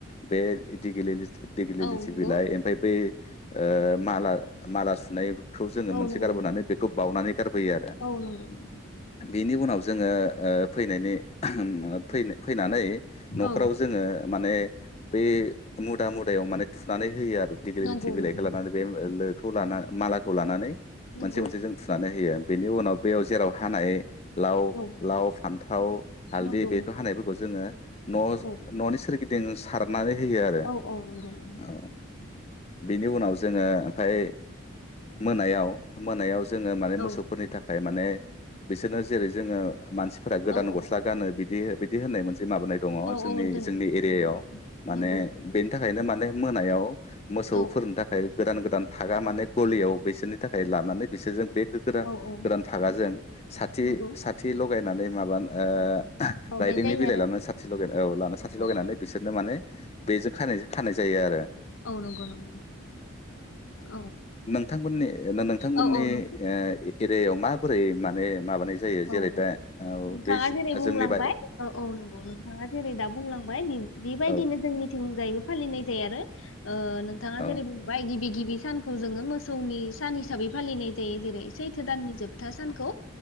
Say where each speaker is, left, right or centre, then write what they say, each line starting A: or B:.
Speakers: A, on the left; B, on the left.
A: बे एदिगिलि देगलिलिथि
B: औ नंगौ
A: बिलाय ओमफ्राय बेै ओ माला माला सुनाय खौ जोङो
B: औ
A: मोनसे
B: नंगौ
A: गारबोनानै बेखौ बावनानै गारबोयो आरो
B: नंगौ
A: बिनि उनाव जोङो ओ फैनायनि ओ फै-फैनानै न'खराव
B: औ
A: जोङो माने बे मुदा मुदायाव माने थुनानै होयो आरो दिगलि
B: नंगौ
A: लिथि बिलाइखौ
B: नंगौ औ नंगौ
A: लानानै बे लोखौ ला मालाखौ लानानै
B: नंगौ
A: मोनसे मोनसे
B: नंगौ
A: जों थुनानै होयो बेनि उनाव बेयाव जेराव हानाय लाव
B: औ
A: लाव फान्थाव हालदै
B: नंगौ
A: बेखौ
B: नंगौ
A: हानायफोरखौ जोङो न'
B: औ
A: न'नि सोरगिदिं दिं सारनानै होयो आरो
B: औ औ नंगौ नंगौ
A: औ बेनि उनाव जोङो ओमफाय मोनायाव मोनायाव जो जोङो माने
B: औ
A: मोसौफोरनि थाखाय माने बिसोरनो जेरै जोङो मानसिफोरा गोदान
B: औ औ
A: गस्ला गानो बिदि बिदि होननाय मोनसे जि माबानाय दङ
B: औ
A: जोंनि
B: औ दों
A: जोंनि एरियायाव
B: नंगौ
A: माने
B: नंगौ
A: बेनि थाखायनो माने मोनायाव मोसौफोरनो
B: औ
A: थाखाय गोदान गोदान फागा माने गलियाव बिसोरनि थाखाय लानानै बिसोरजों बेदान
B: औ औ
A: गोदान फागाजों साथि
B: नंगौ
A: साथि लगायनानै माबा ओ
B: बावनाय
A: राइदिंनि
B: जायो
A: बिलाइ
B: आरो
A: लानानै सा लगाय लानानै साथि
B: औ
A: लगायनानै बिसोरनो माने बेजों खानायजो खानाय जायो आरो।
B: औ नंगौ नंगौ औ।
A: बिथांमोननि ना नोंथांमोननि
B: औ औ नंगौ
A: ऐ ओ ऐ एरियाव माबोरै माने माबानाय जायो
B: औ
A: जेरै दा औ
B: नोंथाङा
A: बे जो-
B: जेरै बुंलांबाय
A: जोंनि बा
B: औ औ नंगौ नोंथाङा जेरै दा बुंलांबाय नै बेबायदिनो
A: औ
B: जोंनि थिं नुजायो फालिनाय जाया आरो ओ नोंथाङा
A: औ
B: जेरै बुंबाय गिबि गिबि सानखौ जोङो मोसौनि सान हिसाबै फालिनाय जायो जेरै सैथो दाननि जोबथा सानखौ।